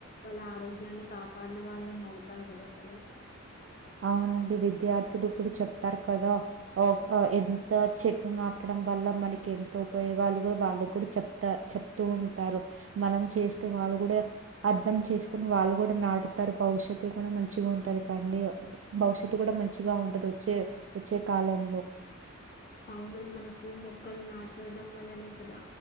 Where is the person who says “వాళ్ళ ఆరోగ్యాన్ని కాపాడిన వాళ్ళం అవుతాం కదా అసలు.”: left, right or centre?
Left